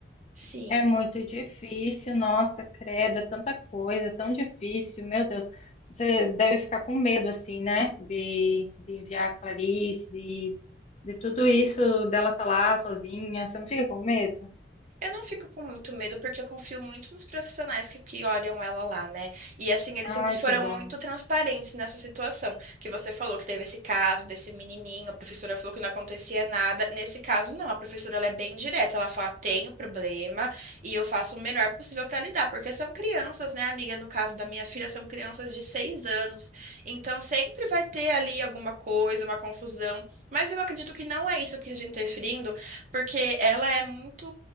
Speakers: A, on the right; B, on the left.
A: Sim.
B: É muito difícil, nossa, credo, é tanta coisa, é tão difícil, meu Deus. Você deve ficar com medo, assim, né? De, de enviar a Clarice, de, de tudo isso, dela tá lá sozinha. Você não fica com medo?
A: Eu não fico com muito medo porque eu confio muito nos profissionais que, que olham ela lá, né? E assim, eles
B: Ai,
A: sempre foram
B: que bom.
A: muito transparentes nessa situação. Que você falou que teve esse caso desse menininho, a professora falou que não acontecia nada. Nesse caso, não, a professora ela é bem direta. Ela fala: tenho problema e eu faço o melhor possível para lidar, porque são crianças, né, amiga? No caso da minha filha, são crianças de seis anos. Então sempre vai ter ali alguma coisa, uma confusão. Mas eu acredito que não é isso que a gente está referindo porque ela é muito,